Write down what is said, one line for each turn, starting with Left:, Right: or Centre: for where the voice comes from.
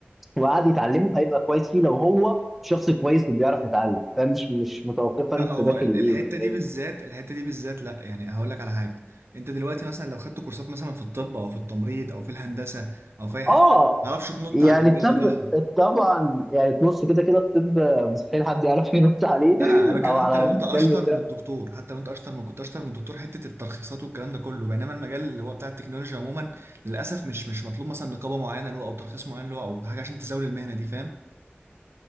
Centre: وقعد يتعلمه هيبقى كويس فيه لو هو شخص كويس وبيعرف يتعلم فاهم مش مش متوقفه
Right: لا
Centre: انت
Right: هو
Centre: داخل
Right: ال- الحته
Centre: ايه وكده
Right: دي
Centre: لان
Right: بالذات الحته دي بالذات لا يعني هقول لك على حاجه انت دلوقتي مثلا لو خدت كورسات مثلا في الطب او في التمريض او في الهندسه او في اي حته
Centre: اه
Right: ما تعرفش تنط
Centre: يعني
Right: على المجال
Centre: الطب
Right: بتاعهم
Centre: طبعا يعني بص كده كده الطب مستحيل حد يعرف ينط عليه
Right: لا
Centre: <laughs>
Right: انا بتكلم
Centre: او
Right: حتى
Centre: على
Right: لو
Centre: المجال
Right: انت اشطر
Centre: بتاعه
Right: من الدكتور حتى لو انت اشطر من كنت اشطر من الدكتور حته الترخيصات والكلام ده كله بينما المجال اللي هو بتاع التكنولوجيا عموما للاسف مش مش مطلوب مثلا نقابه معينه له او ترخيص معين له او حاجه عشان تزاول المهنه دي فاهم